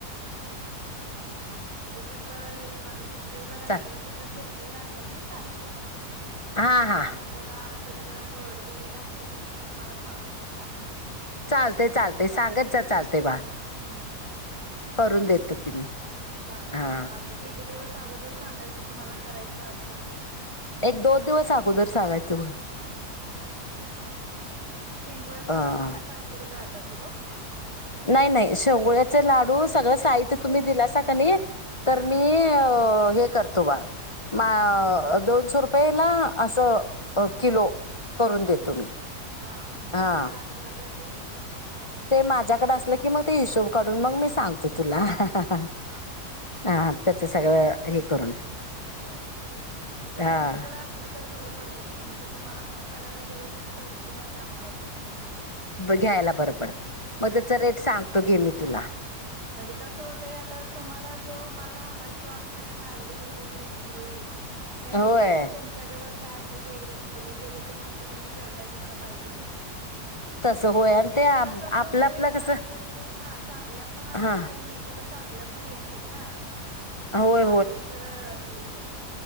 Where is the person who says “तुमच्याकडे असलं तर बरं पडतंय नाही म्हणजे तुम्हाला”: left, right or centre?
Right